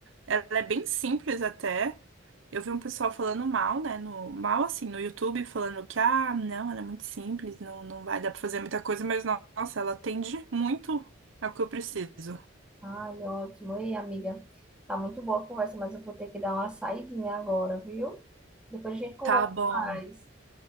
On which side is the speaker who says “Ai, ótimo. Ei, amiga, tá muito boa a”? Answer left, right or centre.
Centre